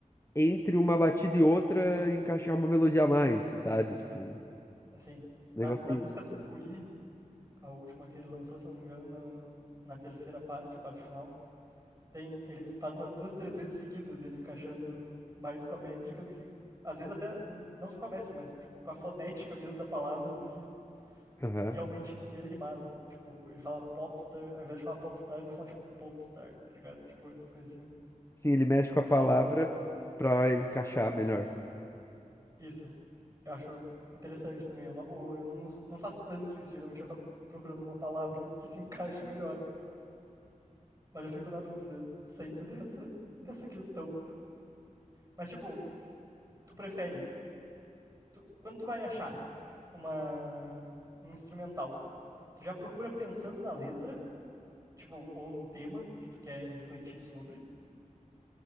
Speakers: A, on the left; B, on the right.
A: entre uma batida e outra, encaixar uma melodia a mais, sabe? Tipo, um
B: Assim,
A: negócio
B: na, na
A: meio.
B: música do Guri, a última que ele lançou, se não me engano, na, na terceira parte, a parte final, tem, ele faz umas duas, três vezes seguidas, ele encaixando mais com a métrica do que, às vezes até, n- não só com a métrica, mas tipo, com a fonética mesmo da palavra do que
A: Aham.
B: realmente ser rimado. Tipo, ele fala popstar, ao invés de falar popstar, ele fala tipo popstar, tá ligado? Tipo, essas coisas assim.
A: Sim, ele mexe com a
B: Ele
A: palavra
B: fala pra
A: pra encaixar melhor.
B: isso. Eu acho interessante também, é uma boa. Eu não uso, não faço tanto isso, geralmente eu acabo procurando uma palavra que se encaixe melhor. Mas eu fico na dúvida sempre dessa, dessa questão. Mas, tipo, tu prefere. tu- quando tu vai achar uma, um instrumental, tu já procura pensando na letra, tipo, ou num tema que tu quer refletir sobre,